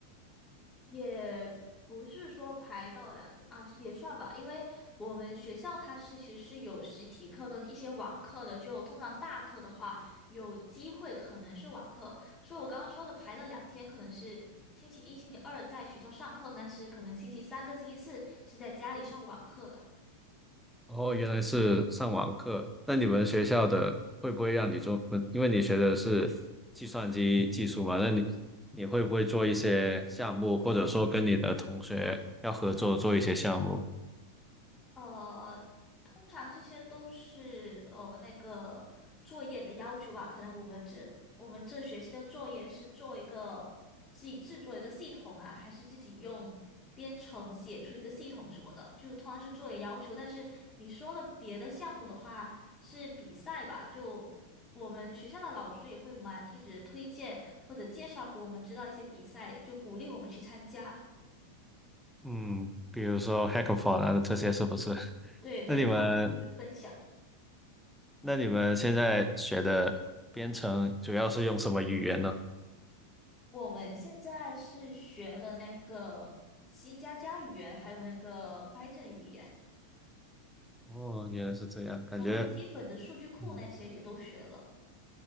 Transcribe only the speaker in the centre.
哦，原来是上网课。那你们学校的会不会让你做？嗯因为你学的是计算机技术嘛，那你你会不会做一些项目，或者说跟你的同学要合作做一些项目？
嗯，比如说 hackathon 啊，这些是不是？
<laughs> 那你们
那你们现在学的编程主要是用什么语言呢？
哦，原来是这样，感觉
嗯